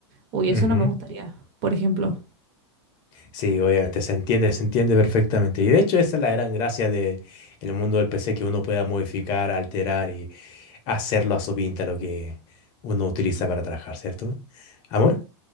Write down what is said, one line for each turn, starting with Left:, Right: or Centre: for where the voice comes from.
Right: Uy,
Left: ujú.
Right: eso no me gustaría, por ejemplo.
Left: Sí, obviamente, se entiende, se entiende perfectamente. Y de hecho esa es la gran gracia de el mundo del PC, que uno pueda modificar, alterar y hacerlo a su pinta lo que uno utiliza para trabajar, ¿cierto? Amor.